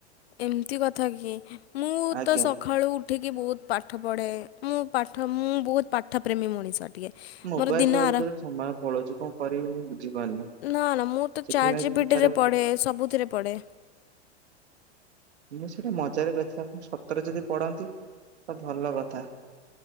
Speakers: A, on the left (about 65°); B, on the right (about 75°).
A: ଏମିତି କଥା କି ମୁଁ
B: ଆଜ୍ଞା
A: ତ ସଖାଳୁ ଉ ଉଠିକି ବହୁତ୍ ପାଠ ପଢ଼େ ମୁଁ ପାଠ ମୁଁ ବହୁତ୍ ପାଠ ପ୍ରେମୀ ମଣିଷ। ଟିକିଏ
B: ମୋବାଇଲ
A: ମୋର ଦିନ
B: ଧରି
A: ଆର
B: ଧରି ସମୟ ପଳଉଛି କଣ କରିବି ମୁଁ ବୁ ଝିପାରୁନି
A: ନା ନା ମୁଁ ତ
B: ସେଥିପାଇଁ
A: ଚାଟ୍ ଜିପିଟିରେ
B: ଚିନ୍ତାରେ
A: ପଢ଼େ ସବୁଥିରେ ପଢ଼େ
B: <inaudible> ମୁଁ ସେଇଟା ମଜାରେ କହିଥିଲି ଆପଣ ସତରେ ଯଦି ପଢ଼ନ୍ତି ତ ଭଲ କଥା।